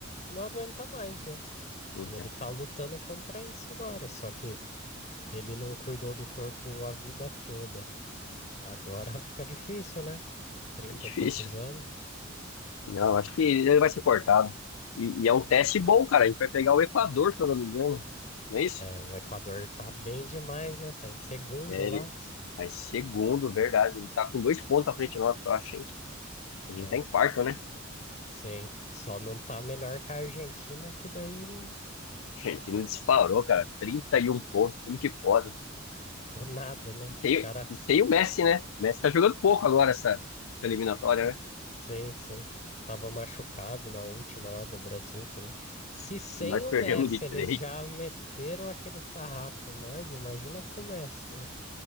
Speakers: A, on the left (about 35°); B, on the left (about 85°).
A: não aguenta mais, né?
B: É
A: E ele tá lutando contra isso agora. Só que ele não cuidou do corpo a vida toda. Agora <laughs> fica difícil, né? Com 30
B: é difícil.
A: e poucos anos.
B: Não, acho que ele vai ser cortado. E, e é um teste bom, cara. A gente vai pegar o Equador, se eu não me engano. Não é isso?
A: É, o Equador tá bem demais, né? Tá em segundo
B: É,
A: lá.
B: ele mas segundo, verdade. Ele tá com dois pontos à frente de nós, eu acho, hein? A gente
A: É,
B: tá em quarto, né?
A: sim, só não tá melhor que a Argentina, que daí não-
B: Gente, ele disparou, cara. trinta e um pontos. Como que pode?
A: do nada, né?
B: E
A: Os
B: sem,
A: caras,
B: e sem o Messi, né? O Messi tá jogando pouco agora essa, essa eliminatória, né?
A: sim, sim. Tava machucado na última lá do Brasil também. Se sem
B: Nós
A: o
B: perdemos
A: Messi
B: de
A: eles
B: três.
A: já meteram aquele sarrafo em nós, imagina com o Messi, né?